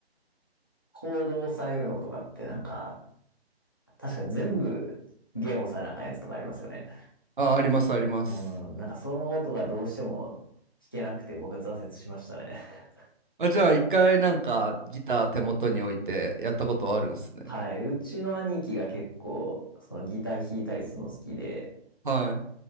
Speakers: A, on the left; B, on the right.
A: コードを押さえるのとかってなんか、確か全部弦押さえなあかんやつとかありますよね。
B: あ、あります、あります。
A: うん、なんかその音がどうしても弾けなくて僕は挫折しましたね。<laughs>
B: あ、じゃあ一回なんかギター手元に置いてやったことあるんですね。
A: はい。うちの兄貴が結構、そのギター弾いたりするの好きで、
B: はい。